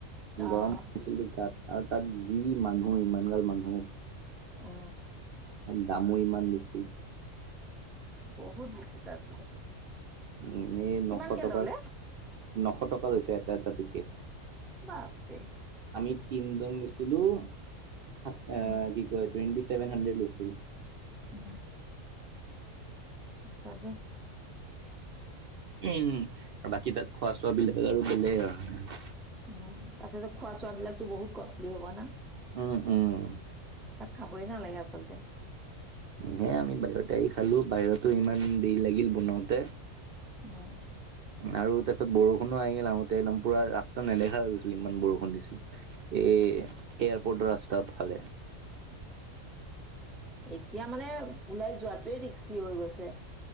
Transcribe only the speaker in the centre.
আহ
আ।
বহুত বেছি তাত <unintelligible>
কিমানকে
ল'লে
বাপৰে।
উম
উম। চাগে।
অ' তাতেতো খোৱা চোৱাবিলাকো বহুত কষ্টলি হ'ব না?
তাত খাবই নালাগে আচলতে।
অ'।
এতিয়া মানে ওলাই যোৱাটোৱে ৰিক্সি হৈ গৈছে।